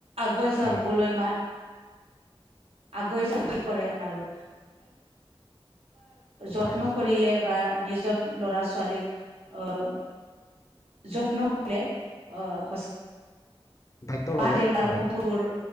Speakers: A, on the right (about 75°); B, on the left (about 30°).
A: আগুৱাই যাবলৈ
B: হয়
A: মাৰ- আগুৱাই যাম কি কৰে আৰু যত্ন
B: হয়
A: কৰিলে বা নিজৰ লৰা ছোৱালীক অহ যত্ন ললে অহ সচ-
B: দায়িত্ব ল'লে
A: মা দেউতাৰ
B: হয়
A: সপোনোৰ